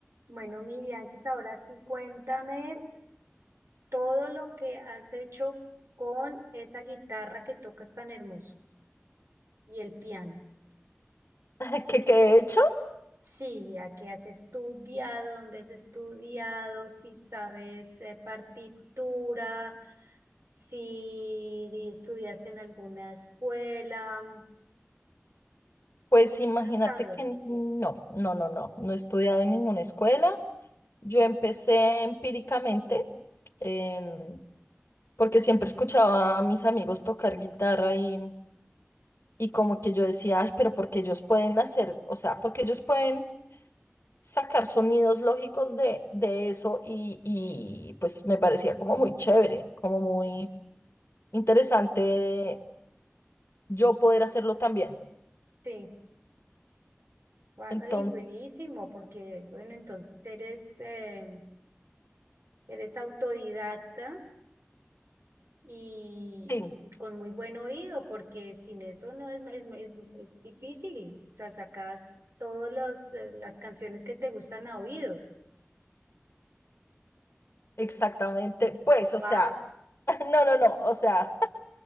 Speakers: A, on the right; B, on the left.
A: Bueno, mi Bianquis, ahora sí cuéntame todo lo que has hecho con esa guitarra que tocas tan hermoso y el piano.
B: <laughs> ¿Qué, qué he hecho?
A: Sí, a qué has estudiado, dónde has estudiado, si sabes eh, partitura, si di- estudiaste en alguna escuela.
B: Pues imagínate
A: Quiero saber.
B: que no, no, no, no, no he estudiado en ninguna escuela. Yo empecé empíricamente, en- porque siempre escuchaba a mis amigos tocar guitarra y, y como que yo decía, ay, pero porque ellos pueden hacer, o sea, porque ellos pueden sacar sonidos lógicos de, de eso y, y pues me parecía como muy chévere, como muy interesante yo poder hacerlo también.
A: Sí, guay,
B: Entonces,
A: buenísimo, porque bueno, entonces eres, eh, eres autodidacta. y
B: sí.
A: y con muy buen oído, porque sin eso no es, es, es- es difícil. O sea, sacas todas las canciones que te gustan a oído.
B: Exactamente, pues, o
A: Wow.
B: sea, <laughs> no, no, no, o sea,